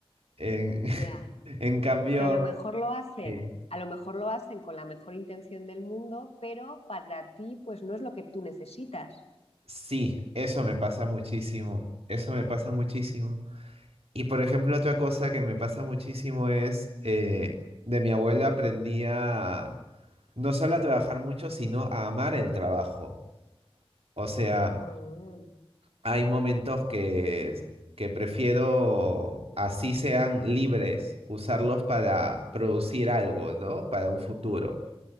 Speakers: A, on the right; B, on the left.
A: En, <laughs>
B: ya.
A: en cambio,
B: que a lo mejor lo hacen,
A: sí,
B: a lo mejor lo hacen con la mejor intención del mundo, pero para ti pues no es lo que tú necesitas.
A: sí, eso me pasa muchísimo, eso me pasa muchísimo. Y por ejemplo, otra cosa que me pasa muchísimo es, eh, de mi abuela aprendí a no solo a trabajar mucho, sino a amar el trabajo. O sea,
B: Mm,
A: hay momentos que, que prefiero, así sean libres, usarlos para producir algo, ¿no? Para un futuro.